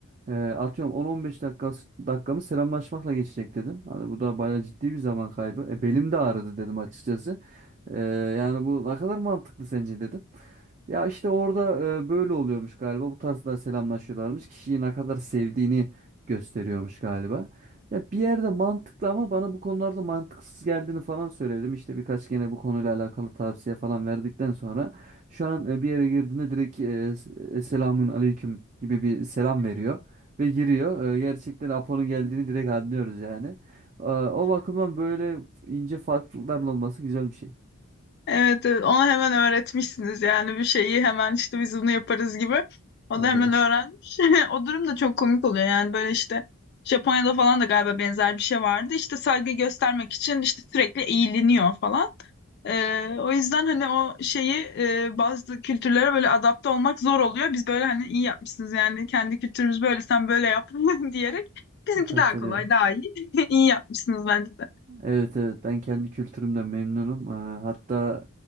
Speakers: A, on the right (about 35°); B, on the left (about 45°).
A: e, atıyorum 10-15 dakika dakikamı selamlaşmakla geçecek dedim. Hani bu da bayağı ciddi bir zaman kaybı. E, belim de ağrıdı dedim açıkçası. E, yani bu ne kadar mantıklı sence dedim. Ya işte orada e, böyle oluyormuş galiba. Bu tarzda selamlaşıyorlarmış. Kişiyi ne kadar sevdiğini gösteriyormuş galiba. Ya bir yerde mantıklı ama bana bu konularda mantıksız geldiğini falan söyledim. İşte birkaç gene bu konuyla alakalı tavsiye falan verdikten sonra şu an e, bir yere girdiğinde direkt e, s- e, selamun aleyküm gibi bir selam veriyor ve giriyor. E, gerçekten Apo'nun geldiğini direkt anlıyoruz yani. E, o bakımdan böyle ince farklılıkların olması güzel bir şey.
B: Evet, evet ona hemen öğretmişsiniz yani bir şeyi hemen işte biz bunu yaparız gibi. O
A: Evet,
B: da hemen öğrenmiş. <laughs> O durum da çok komik oluyor yani böyle işte Japonya'da falan da galiba benzer bir şey vardı. İşte saygı göstermek için işte sürekli eğiliniyor falan. Ee, o yüzden hani o şeyi e, bazı kültürlere böyle adapte olmak zor oluyor. Biz böyle hani iyi yapmışsınız yani kendi kültürümüz böyle sen böyle yap <laughs> diyerek bizimki
A: katılıyorum.
B: daha kolay daha iyi. <laughs> İyi yapmışsınız bence de.
A: Evet evet ben kendi kültürümden memnunum. Ee, hatta